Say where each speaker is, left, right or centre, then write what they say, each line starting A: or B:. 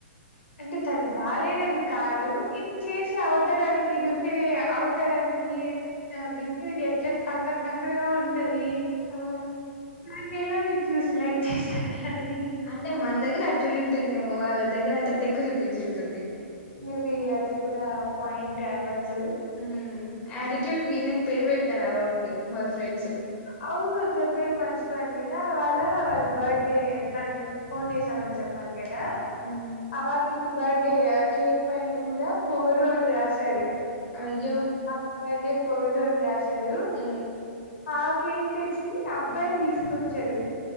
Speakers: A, on the left; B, on the left.
A: అంటే తను బాలేదని కాదు ఇది చేసే అవతరాలి ఇది ఉండే అవతరానికి బిహేవియర్ ఎట్లట్ తొంగర్ తొంగరగా ఉంటది
B: ఆ
A: దాన్ని ఎలా మీరు చూసి లైక్ చేసారా అని
B: అంటే మన దగ్గర అట్టుంటుందేమో వాళ్ళ దగ్గర అంత టెక్కు చూపించి ఉంటుంది
A: మేబి అది కూడా పాయింటే అవ్వచ్చు
B: మ్ ఆటిట్యూడ్ క్వీన్ పేరు పెట్టరా బాబుకి వాళ్ళ ఫ్రెండ్స్
A: అవున చెప్పేది మర్చిపోయాను కదా వాళ్ళ వాళ్ళు బర్డే తన్ను ఫోన్ చేసామని చెప్పాను కదా
B: మ్
A: అవాలి బర్డే ఆ కేక్ పైన కూడా పొగరు అని రాశారు
B: అయ్యో
A: అట్లా గే పొగరు అని రాశారు
B: మ్
A: ఆ కేక్ తెచ్చి అబ్బాయిలు తీసుకొచ్చారు